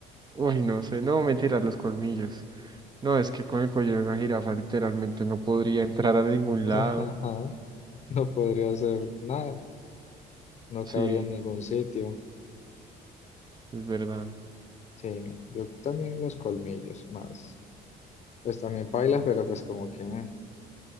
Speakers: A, on the right; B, on the left.
A: Uy, no sé, no, mentira, los colmillos. No, es que con el cuello de una jirafa literalmente no podría entrar a ningún
B: <laughs>
A: lado.
B: Ajá, No podría hacer nada, no
A: Sí,
B: cabría en ningún sitio.
A: es verdad.
B: Sí, yo también los colmillos más. Pues también pailas, pero pues como que eh,